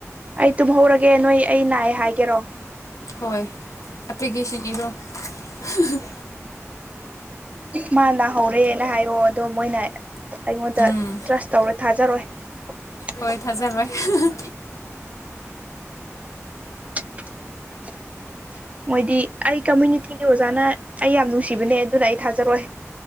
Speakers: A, on the right; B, on the left.
A: ꯑꯩ ꯇꯨꯝꯍꯧꯔꯒꯦ ꯅꯣꯏ ꯑꯩ ꯅꯥꯏ ꯍꯥꯏꯒꯦꯔꯣ
B: ꯍꯣꯏ ꯑꯦꯄ꯭ꯂꯤꯀꯦꯁꯟ ꯏꯔꯣ ꯍꯍ ꯍꯨꯡ
A: ꯃꯥ ꯅꯥꯍꯧꯔꯦꯅ ꯍꯥꯏꯌꯣ ꯑꯗꯣ ꯃꯣꯏꯅ ꯑꯩꯉꯣꯟꯗ
B: ꯎꯝ
A: ꯇ꯭ꯔꯁ ꯇꯧꯔꯣꯏ ꯊꯥꯖꯔꯣꯏ <unintelligible>
B: ꯍꯣꯏ ꯊꯥꯖꯔꯣꯏ ꯍ ꯍ
A: <unintelligible> ꯃꯣꯏꯗꯤ ꯑꯩ ꯀꯝꯃꯨꯅꯤꯇꯤꯒꯤ ꯑꯣꯖꯥꯅ ꯑꯩ ꯌꯥꯝ ꯅꯨꯡꯁꯤꯕꯅꯦ ꯑꯗꯨꯅ ꯑꯩ ꯊꯥꯖꯔꯣꯏ